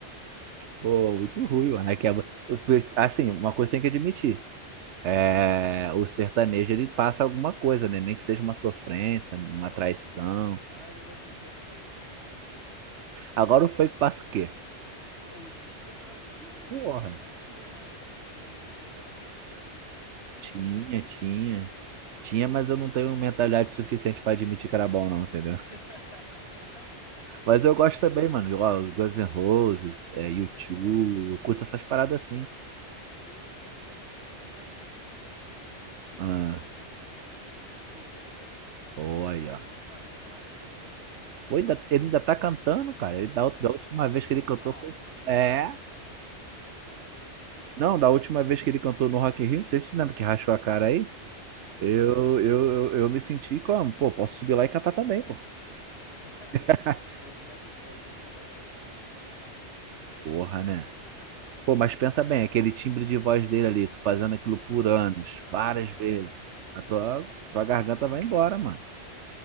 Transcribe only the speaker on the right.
Pô, muito ruim, mano. É que é- Assim, uma coisa tem que admitir. É, o sertanejo, ele passa alguma coisa, né? Nem que seja uma sofrência, uma
traição.
Agora o funk passa o quê?
Porra,
tinha,
tinha.
Tinha, mas eu não tenho mentalidade suficiente pra admitir que era bom, não, entendeu?
Mas
eu
gosto também, mano. Ó, Guns N' Roses, é, U2,
eu curto essas paradas assim.
Ah,
olha.
Pô,
ainda,
ele
ainda
tá
cantando, cara. Ele, da, da
última
vez
que ele cantou
foi.
É.
Não, da última vez que ele cantou no Rock in Rio, não sei se tu lembra que rachou a cara aí.
Eu,
eu, eu, eu me senti como? Pô, posso subir lá e cantar também, pô.
<laughs>
Porra,
né?
Pô, mas pensa bem, aquele timbre de voz dele ali, tu fazendo aquilo por anos, várias
vezes.
A
tua,
tua
garganta
vai embora, mano.